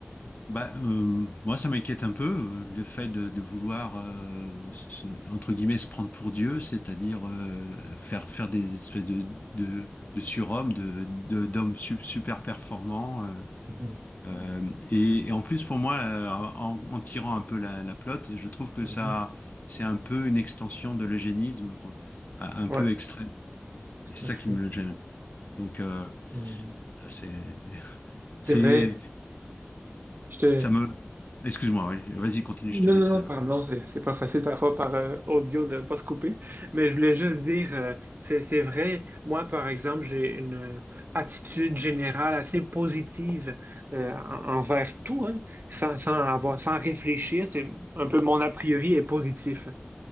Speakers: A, on the left; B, on the right.
A: Bah, euh, moi, ça m'inquiète un peu, euh, le fait de, de vouloir, euh, se- entre guillemets, se prendre pour Dieu, c'est-à-dire euh, faire, faire des espèces de, de, de surhommes, de, de- d'hommes sup- super performants. euh,
B: Mhm,
A: euh, et, et en plus, pour moi, euh, en, en tirant un peu la, la pelote, je trouve que
B: mhm.
A: ça, c'est un peu une extension de l'eugénisme, quoi, un un
B: Ouais,
A: peu extrême.
B: tout
A: Et c'est ça
B: à fait.
A: qui me gêne. Donc, euh,
B: Mm.
A: voilà, c'est, <laughs> c'est,
B: C'est vrai, je te,
A: ça me... Excuse-moi, oui. Vas-y, continue,
B: Non,
A: je te laisse.
B: non, non,
A: euh,
B: pardon, c'est c'est pas facile parfois par euh, audio de pas se couper, mais je voulais juste dire, euh, c'est c'est vrai, moi par exemple, j'ai une attitude générale assez positive euh, en- envers tout, hein, sans, sans avoir, sans réfléchir, c'est un peu mon a priori est positif.